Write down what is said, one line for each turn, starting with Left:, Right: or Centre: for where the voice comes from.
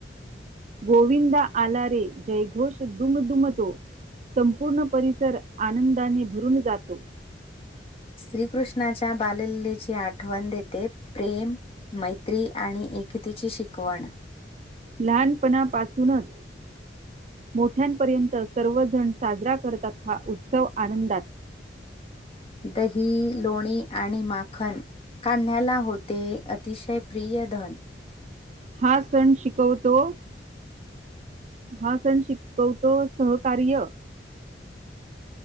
Right: गोविंदा आला रे, जयघोष दुमदुमतो. संपूर्ण परिसर आनंदाने भरून जातो.
Left: श्रीकृष्णाच्या बाल लीलेची आठवण देते प्रेम मैत्री आणि एकतेची शिकवण
Right: लहानपणापासूनच मोठ्यांपर्यंत सर्वजण साजरा करतात, हा उत्सव आनंदात.
Left: दही, लोणी, आणि माखन. कान्ह्याला होते अतिशय प्रिय धन.
Right: हा सण शिकवतो हा सण शिकवतो सहकार्य